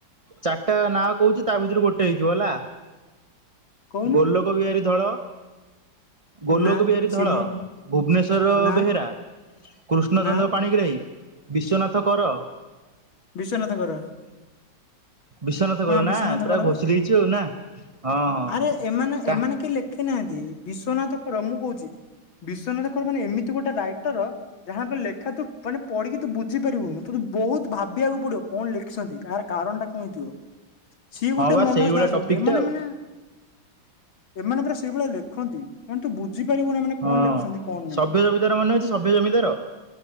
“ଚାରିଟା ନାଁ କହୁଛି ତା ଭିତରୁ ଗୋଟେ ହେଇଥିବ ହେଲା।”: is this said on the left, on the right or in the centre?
Right